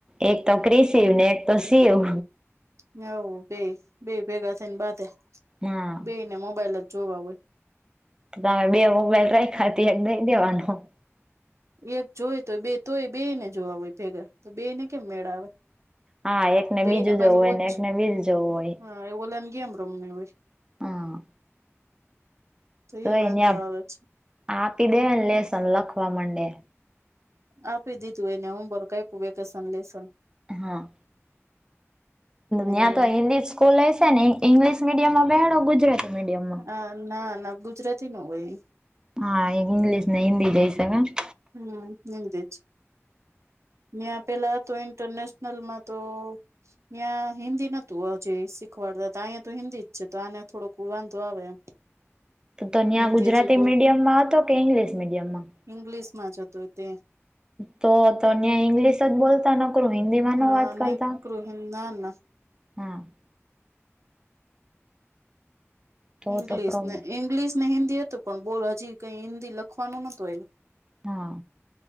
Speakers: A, on the right; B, on the right.
A: એક તો ક્રિશિવ ને એક તો શિવ.
B: હવ બે બે ભેગા થઈને બાધે
A: હા
B: બેને મોબાઈલ જ જોવા હોય.
A: તાર બે મોબાઈલ રાખ્યા તો એક દઈ દેવાનું.
B: એક જોય તોય બે તોય બે ને જોવા હોય ભેગા બે ને કેમ મેળ આવે?
A: હા એકને
B: બે
A: બીજું
B: ને પાછું
A: જોવું હોય
B: ઓજ
A: ને એકને બીજુ જોવું હોય.
B: હા ઓલા ને ગમે રમવી હોય.
A: હા તો
B: એ વાંધો
A: એને
B: આવે છે
A: આપી દે ને લેસન લખવા માંડે.
B: આપી દીધું એને હોમવર્ક આપ્યું વેકેશન લેસન.
A: હા
B: પણ
A: ન્યા તો
B: એ
A: હિન્દી સ્કૂલ હશે ને ઇંગ્લિશ મીડિયમમા બેહાડયો કે ગુજરાતી મીડિયમમાં?
B: હ ના ના ગુજરાતી નો હોય.
A: હા ઈંગ્લિશ ને હિન્દી જ હશે નઈ.
B: હમ હિન્દી જ ન્યા પેલા તો ઇન્ટરનેશનલમાં તો ન્યા હિન્દી નતું અજે શીખવાડતા હતા. અહીંયા તો હિન્દી જ છે તો, આને થોડોક વાંધો આવે એમ. <inaudible>
A: તો ન્યા
B: હિન્દી
A: ગુજરાતી
B: હજી બહુ
A: મીડિયમાં હતો કે ઇંગ્લિશ મીડિયમાં?
B: ઈંગ્લિશમાં જ હતો તે.
A: તો તો ન્યા ઈંગ્લિશ જ બોલતા નકરું હિન્દી માં
B: હા
A: નો વાત કરતા?
B: ને ના ના
A: <unintelligible> તો
B: ઇંગ્લિશ
A: તો પ્રોબ્લેમ
B: ને ઈંગ્લિશ ને હિન્દી હતું પણ બોલ હજી કઈ હિન્દી લખવાનું નહોતું આવ્યું.
A: હા